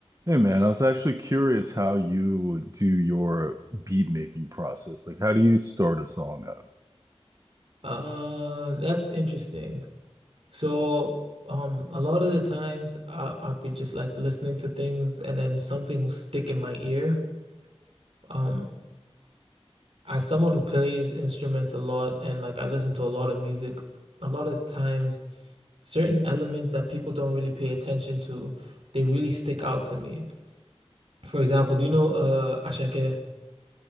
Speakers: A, on the right; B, on the right.
A: Hey man, I was actually curious how you do your beat making process. Like, how do you start a song up?
B: Uh, that's interesting. So, um, a lot of the times I I'll be just like listening to things and then something will stick in my ear. Um, as someone who plays instruments a lot and like I listen to a lot of music, a lot of the times certain elements that people don't really pay attention to, they really stick out to me. For example, do you know uh Ashake?